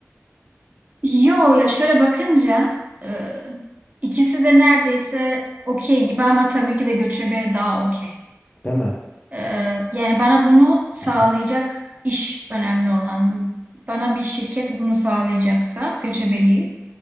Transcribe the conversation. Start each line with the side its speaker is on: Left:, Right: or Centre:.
Right: Yo ya şöyle bakınca e, ikisi de neredeyse okey gibi ama tabii ki de göçebe daha okey.
Left: Değil mi?
Right: E, yani bana bunu sağlayacak
Left: <clears throat>
Right: iş önemli olan. Bana bir şirket bunu sağlayacaksa göçebeliği